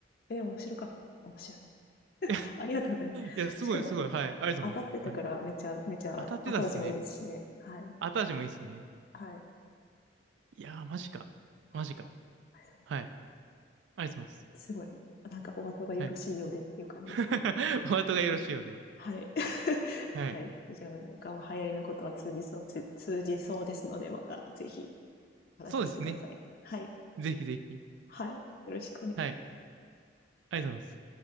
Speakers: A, on the left; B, on the right.
A: え、面白かった面白い。<laughs>
B: <laughs>
A: ありがとうございます。
B: いや、すごい、
A: しかも、
B: すごい。はい。ありがとうございます。
A: 当たってたから、
B: はい。
A: めちゃめちゃ後味もいいですしね。
B: 当たってたっすね。
A: はい。
B: 後味もいいっすね。
A: はい。
B: いやー、マジか。
A: はい。
B: マジか。
A: はい。
B: はい。ありがとうございます。
A: すごい。なんか、お後がよろしいようでっていう感じですね。
B: はい。<laughs> お後がよろしいようで。
A: はい。<laughs>
B: はい。
A: はい。じゃあ、なんか、流行りのことは通じそう、つ通じそうですので、また、ぜひ、お話しさせてください。
B: そうですね。
A: はい。
B: ぜひぜひ。
A: はい。よろしくお願いします
B: はい。ありがとうございます。